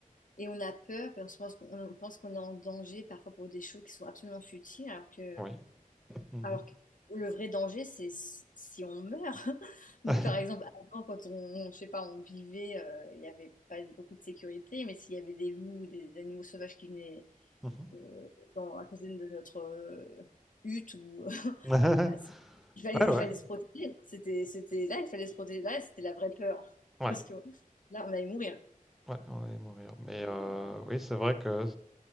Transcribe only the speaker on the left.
et on a peur, parce qu'on pense qu'on on pense qu'on est en danger parfois pour des choses qui sont absolument futiles, alors que
Alors que le vrai danger, c'est s- si on meurt. <laughs> Donc,
par exemple, avant, quand on, je sais pas, on vivait, euh, il n'y avait pas beaucoup de sécurité, mais s'il y avait des loups ou des animaux sauvages qui venaient
euh, dans, à côté de notre euh, hutte, ou, <laughs>
ah, c'est- il fallait,
il
fallait se protéger. C'était, c'était là, il fallait se protéger. Là, c'était la vraie peur. <laughs>
Parce que là, on allait mourir.
Euh,